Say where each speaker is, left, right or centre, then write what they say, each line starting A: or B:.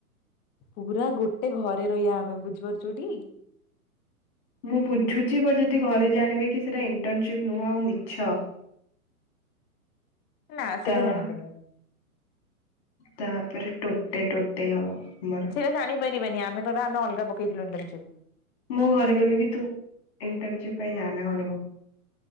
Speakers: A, on the left; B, on the left.
A: ପୁରା ଗୋଟେ ଘରେ ରହିବା ଆମେ, ବୁଝିପାରୁଚୁ ଟି?
B: ମୁଁ ବୁଝୁଛି ବା ଯଦି ଘରେ ଜାଣିବେ କି ସେଟା ଇଣ୍ଟର୍ନସିପ ନୁହଁ ଆଉ ମିଛ
A: ନା ସେଟା
B: ତା
A: ଜାଣିପାରି ବେନି।
B: ତାପରେ, ଟୋଟେ ଟୋଟେ ହବ, ମ
A: ସେ ଜାଣି ପାରିବେନି, ଆମେ କହିବା ଆମେ ଅଲଗା ପକେଇଥିଲୁ ଇଣ୍ଟର୍ନସିପ୍।
B: ମୋ ଘରେ କହବେ କିି, ତୁ ଇଣ୍ଟର୍ନସିପ୍ ପାଇଁ ଯାଆନା ଘରେ ବସ୍।